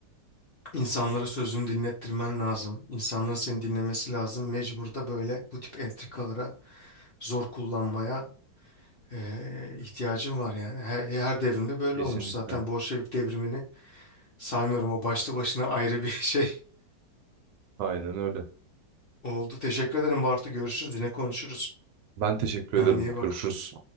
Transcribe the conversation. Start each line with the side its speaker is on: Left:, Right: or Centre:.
Left: İnsanlara sözünü dinlettirmen lazım. İnsanların seni dinlemesi lazım. Mecbur da böyle bu tip entrikalara zor kullanmaya eee, ihtiyacın var yani. Her, her devrimde böyle
Right: Kesinlikle.
Left: olmuş zaten. Bolşevik devrimini Saymıyorum o başlı başına ayrı bir şey <laughs>
Right: Aynen öyle.
Left: oldu. Teşekkür ederim Bartu. Görüşürüz. Yine konuşuruz.
Right: Ben teşekkür
Left: Kendine
Right: ederim.
Left: iyi bak.
Right: Görüşürüz.